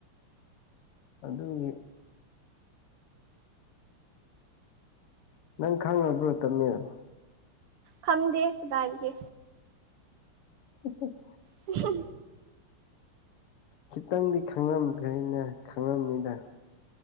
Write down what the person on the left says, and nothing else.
ꯑꯗꯨꯒꯤ ꯅꯪ ꯈꯥꯡꯕ꯭ꯔꯣ ꯇꯝꯃꯦꯡꯂ
ꯎ
ꯈꯤꯇꯪꯗꯤ ꯈꯪꯉꯝꯈ꯭ꯔꯦꯅꯦ ꯈꯪꯉꯝꯅꯤꯗ